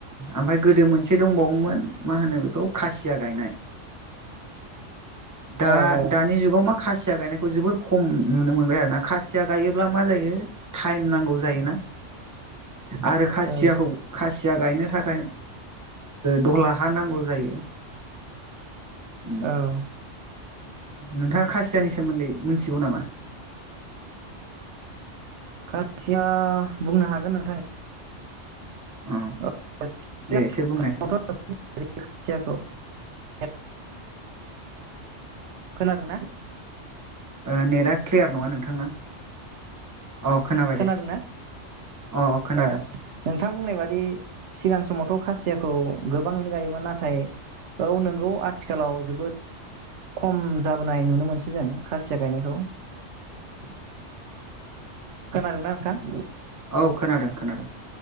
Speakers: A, on the right; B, on the right.
A: ओमफाय गोदो मोनसे दंबावोमोन मा होनो बेखौ खासिया गायनाय दा
B: औ
A: दानि जुगाव मा खासिया गायनायखौ जोबोर खम नुनो मोनबाय आरो ना खासिया गायोब्ला मा जायो टाइम नांगौ जायोना आरो खासियाखौ
B: औ
A: खासिया गायनो थाखाय दहला हा नांगौ जायो
B: औ
A: उम नोंथाङा खासियानि सोमोन्दै मिथिगौ नामा?
B: खायसिया बुंनो हागोन नोंथां <unintelligible>
A: अ दे एसे बुंनायसाय
B: खोनादों ना?
A: ओ नेथ आ क्लियार नङा नोंथांना अ खोनाबाय
B: खोनादोंना
A: दे अ खोनादों
B: अ नोंथां बुंनाय बादि सिगां समावथ' खासि खासियाखौ गोबाङैनो गायोमोन नाथाय औ नोंगौ आथिखालाव जोबोद खम जाबोनाय नुनो मोनसै जों खासिया गायनायखौ
A: <inaudible>
B: खोनादों ना नोंथां?
A: औ खोनादों खोनादों